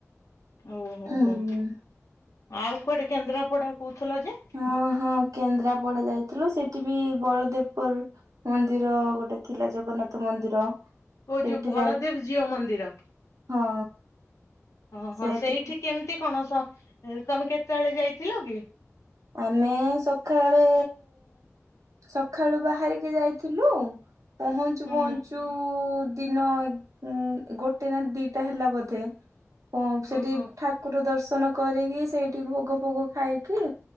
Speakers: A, on the left (about 70°); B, on the right (about 85°).
A: ଓହୋହୋ,
B: ହୁଁ
A: ଆଉ କୁଆଡେ କେନ୍ଦ୍ରାପଡା କହୁଥିଲ ଯେ?
B: ହଁ ହଁ କେନ୍ଦ୍ରାପଡା ଯାଇଥିଲୁ ସେଠି ବି ବଳଦେବପୁର ମନ୍ଦିର ଗୋଟେ ଥିଲା ଜଗନ୍ନାଥ ମନ୍ଦିର।
A: ଓ
B: ସେଇଠି
A: ଯୋଉ ବଳଦେବ
B: ଯାଇ
A: ଜିଅ ମନ୍ଦିର।
B: ହଁ
A: ହଁ ହଁ
B: ସେଠି
A: ସେଇଠି କେମିତି କଣ ସ ତମେ କେତେବେଳେ ଯାଇଥିଲ କି?
B: ଆମେ ସକାଳେ ସକାଳୁ ବାହାରିକି ଯାଇଥିଲୁ ‌। ପହଞ୍ଚୁ
A: ହୁଁ।
B: ପହଞ୍ଚୁ ଦିନ ଏ ଉଁ ଗୋଟେ ନା ଦିଟା ହେଲା ବୋଧେ। ହଁ ସେଠି
A: ଓହୋ।
B: ଠାକୁର ଦର୍ଶନ କରିକି, ସେଇଠି ଭୋଗ ଫୋଗ ଖାଇକି